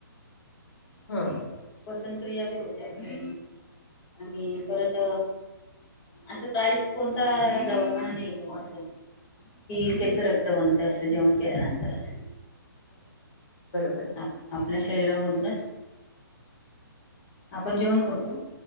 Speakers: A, on the left (about 20°); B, on the left (about 75°).
A: हम
B: हं,
A: <inaudible> पचन क्रिया बी होते आपल्या आणि परत असं काहीच कोणता दवाखाना नाही बघ असं कि त्याच रक्तबंत अस जेवण केल्यानंतरच.
B: त <unintelligible>
A: आप आपल्या शरीरामधूनच आपण जेवण करतो